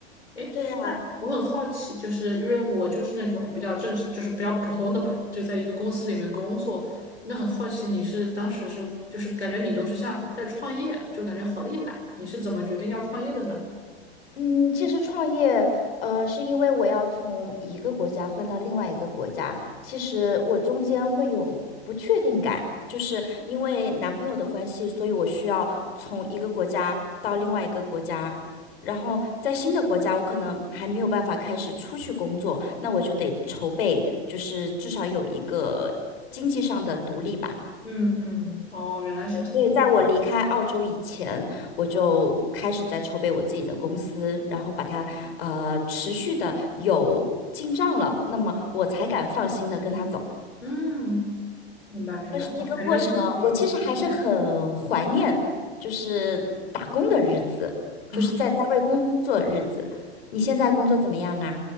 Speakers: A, on the left (about 85°); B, on the left (about 60°).
A: 诶，
B: 对
A: 那我很好奇，就是因为我就是那种比较正式，就是比较普通的吧，就在一个公司里面工作。那很好奇，你是当时是就是感觉你都是像在创业，就感觉好厉害。你是怎么决定要创业的呢？
B: 嗯，其实创业，呃，是因为我要从一个国家换到另外一个国家，其实我中间会有不确定感，就是因为男朋友的关系，所以我需要从一个国家到另外一个国家，然后在新的国家，我可能还没有办法开始出去工作，那我就得筹备，就是至少有一个经济上的独立吧。
A: 嗯嗯哦，原来是这样。
B: 因为在我离开澳洲以前，我就开始在筹备我自己的公司，然后把它呃持续的有进账了，那么我才敢放心的跟他走。
A: 嗯，明白明白，
B: 但是这个过程，
A: 感觉你自己就是一个很厉害的人。
B: 我其实还是很怀念，就是打工的日子，
A: <laughs>
B: 就是在单位工作的日子。你现在工作怎么样啊？